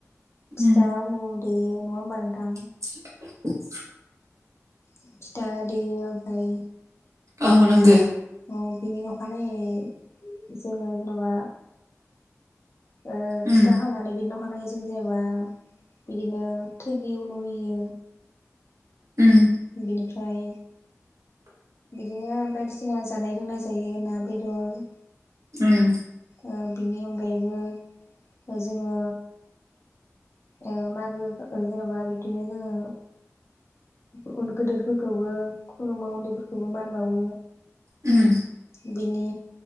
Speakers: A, on the left; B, on the right.
A: फिथा
B: उम
A: उनु बेयो नंङा होमबा नोंथां?
B: <inaudible>
A: फिथा देयो ओमफाय
B: औ नंगो
A: अ बिनि अखानायै जोङो जेन'बा ओ
B: उम
A: फिथा खावनानै बेनि न नानैजों जेनेबा बिदिनो थोगि उनु होयो।
B: उम
A: बिनि फ्राय बिदिनो बायदिसिना जानाय लोंनाय जायो ना बेदर
B: उम।
A: ओ बिनि अनगायैबो जोङो ओ मागो ओ जेनेबा बिब्दिनो जोङो गो गोदोरफोरखौबो खुलुमो उन्दैफोर खौबो मान बावो।
B: उम
A: बेनि